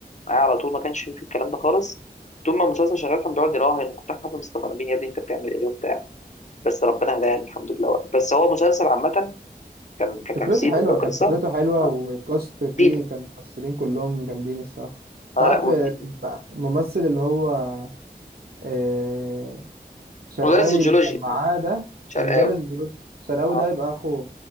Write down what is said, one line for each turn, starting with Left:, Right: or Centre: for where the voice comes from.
Left: معايا على طول ما كانش في الكلام ده خالص طول ما المسلسل شغال كان بيقعد يراهن وكنت احنا كنا مستغربين يا ابني انت بتعمل ايه وبتاع بس ربنا هداني الحمد لله بس هو مسلسل عامة كان كتمثيل
Right: فكرته حلوة
Left: وكقصة
Right: كان فكرته حلوة
Left: آه،
Right: والكاست فيه
Left: جديدة
Right: كان ممثلين كلهم جامدين الصراحة انت
Left: اه
Right: عارف
Left: لا وجديد
Right: آه، الممثل اللي هو آه، شرقاوي
Left: مدرس الجيولوجيا
Right: اللي كان معاه ده
Left: شرقاوي
Right: ومدرس الدروس شرقاوي
Left: اه
Right: ده يبقى اخو